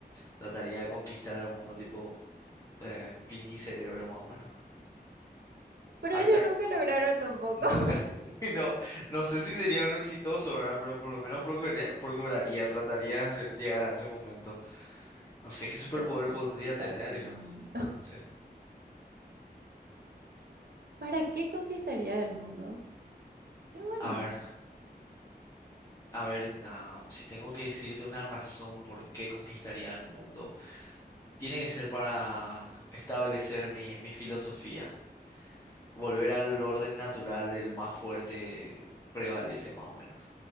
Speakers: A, on the left; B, on the right.
A: Trataría de conquistar al mundo tipo eh, Pinky Cerebro más o menos.
B: Pero
A: Acta-
B: ellos nunca lograron tampoco.
A: nunca,
B: <laughs>
A: <laughs> no, no sé si sería uno exitoso, ¿verdad? Pero por lo menos procuraría, procuraría, trataría de hacer- llegar a ese momento. No sé qué superpoder
B: Conquistar
A: podría tener,
B: al
A: yo.
B: mundo. <laughs>
A: Sí.
B: ¿Para qué conquistarías el mundo? Y bueno,
A: A ver, a ver, ah, si tengo que decirte una razón por qué conquistaría el mundo. Tiene que ser para establecer mi, mi filosofía. Volver al orden natural del más fuerte prevalece más o menos.